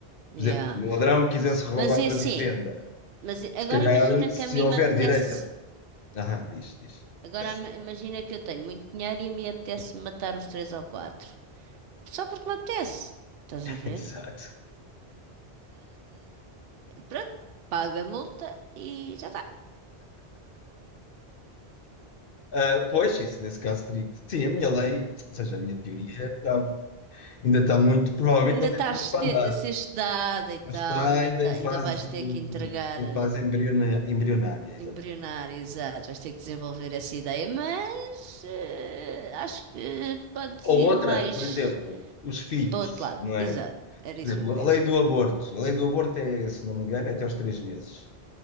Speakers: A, on the right; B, on the left.
A: yeah.
B: Por exemplo, um ladrão que quisesse roubar
A: Mas é
B: uma
A: assim,
B: vivenda,
A: mas agora
B: se calhar,
A: imagina
B: se
A: que a mim
B: houver
A: me apetece,
B: direita. Ah, diz, diz.
A: agora
B: <laughs>
A: ima- imagina que eu tenho muito dinheiro e a mim apetece matar uns três ou quatro. Só porque me apetece. Estás a ver?
B: Exato.
A: Pronto, paga a multa e já está.
B: Ah, pois, isso nesse caso teria que. Sim, a minha lei, ou seja, a minha teoria, está- ainda está muito. Provavelmente
A: Ainda
B: não tem
A: estás
B: para onde
A: te-
B: andar,
A: a ser estudada e
B: mas
A: tal,
B: está
A: ainda,
B: ainda
A: tá-
B: em fase,
A: ainda vais ter que entregar,
B: em fase
A: eh,
B: embriona- embrionária, exato.
A: embrionar, exato, vais ter que desenvolver essa ideia, mas eh, acho que podes
B: Ou
A: ir
B: outra,
A: mais
B: por exemplo, os filhos,
A: para o outro lado.
B: não
A: Exato,
B: é?
A: era
B: Por
A: isso
B: exemplo,
A: mesmo que eu
B: a
A: ia
B: lei
A: dizer.
B: do aborto. A lei do aborto é, se não me engano, é até aos três meses,